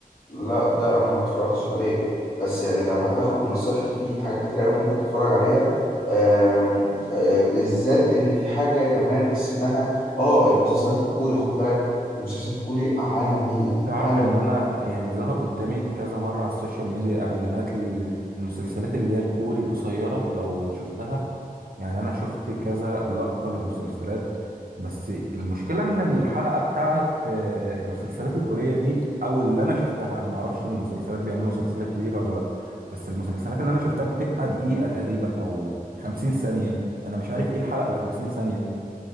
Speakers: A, on the left; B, on the right.
A: لا ده أنا ما اتفرجتش عليه بس يعني لو هتاخد نصيحتي في حاجات كتير أوي ممكن تتفرج عليها آم، آه، بالذات إن في حاجة كمان اسمها آه المسلسلات الكوري خد بالك المسلسلات الكوري عالمية
B: تعرف
A: عالمية
B: ان انا يعني ظهر قدامي كذا مره على السوشيال ميديا اعلانات ل- المسلسلات اللي هي الكوري القصيره لو شفتها يعني انا شفت كذا لقطه لمسلسلات بس المشكله ان الحلقه بتاعت آه، المسلسلات الكوريه دي او اللي انا شفتها انا ما اعرفش المسلسلات بيعملوا مسلسلات كبيره ولا لا بس المسلسلات اللي انا شفتها بتبقى دقيقه تقريبا او 50 ثانيه انا مش عارف ايه الحلقه اللي 50 ثانيه دي